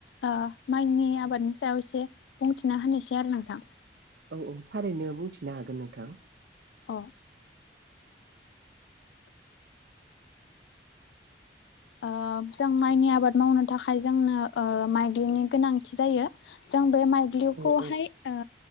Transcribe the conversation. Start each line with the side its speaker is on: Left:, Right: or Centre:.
Left: ओ माइनि आबादनि सायाव एसे बुंथिना होनोसै आरो नोंथां
Right: औ-औ थारैनो बुंथिनो हागोन नोंथां।
Left: आ ओ ओ जों माइनि आबाद मावनो थाखाय ओ जोंनो माइग्लिनि गोनांथि जायो। जों बे माइग्लिउखौहाय
Right: औ औ
Left: ओ